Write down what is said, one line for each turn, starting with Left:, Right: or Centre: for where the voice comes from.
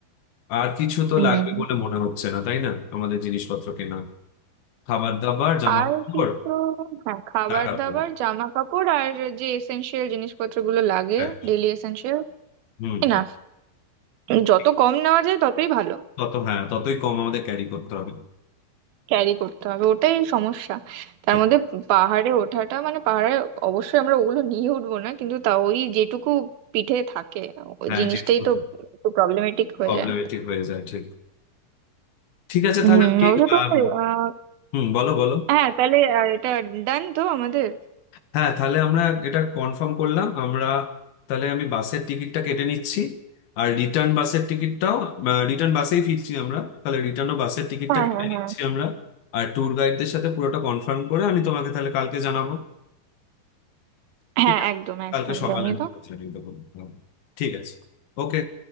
Left: আর কিছু তো
Right: হুম
Left: লাগবে বলে মনে হচ্ছে না তাই না আমাদের জিনিসপত্র কেনা খাবার দাবার জামা
Right: আর
Left: কাপড়
Right: কিন্তু হ্যাঁ খাবার
Left: টাকা
Right: দাবার
Left: খরচ
Right: জামা কাপড় আর যে এসেনশিয়াল জিনিসপত্রগুলো লাগে
Left: হ্যাঁ,
Right: ডেলি এসেনশিয়াল
Left: হুম হুম।
Right: না যত
Left: ঠিক
Right: কম নেওয়া যায় ততই ভালো
Left: তত হ্যাঁ ততই কম আমাদের ক্যারি করতে হবে
Right: ক্যারি করতে হবে ওটাই সমস্যা তার
Left: ঠিক।
Right: মধ্যে পাহাড়ে ওঠাটা মানে পাহাড়ে অবশ্যই আমরা ওগুলো নিয়ে উঠবো না কিন্তু তা ওই যেটুকু পিঠে থাকে ওই
Left: হ্যাঁ
Right: জিনিসটাই
Left: যেটুকু
Right: তো একটু প্রবলেমেটিক হয়ে
Left: প্রবলেমেটিক
Right: যায়
Left: হয়ে যায় ঠিক ঠিক আছে
Right: হুম
Left: তাহলে আপনি,
Right: অবশ্য তোমার
Left: আম,
Right: আহ,
Left: হুম বলো বলো
Right: হ্যাঁ তাহলে আহ, এটা ডান তো আমাদের
Left: হ্যাঁ তাহলে আমরা এটা কনফার্ম করলাম আমরা তাহলে আমি বাসের টিকিটটা কেটে নিচ্ছি আর রিটার্ন বাসের টিকিটটাও রিটার্ন বাসেই ফিরছি আমরা তাহলে রিটার্নও বাসের টিকিটটা
Right: হ্যাঁ
Left: কেটে
Right: হ্যাঁ হ্যাঁ
Left: নিচ্ছি আমরা আর ট্যুর গাইডদের সাথে পুরোটা কনফার্ম করে আমি তোমাকে তাহলে কালকে জানাবো
Right: হ্যাঁ
Left: ঠিক আছে
Right: একদম একদম
Left: কালকে সকালে
Right: জানিয়ে
Left: আমি
Right: দাও
Left: তোকে জানিয়ে দেবো হুম। ঠিক আছে ওকে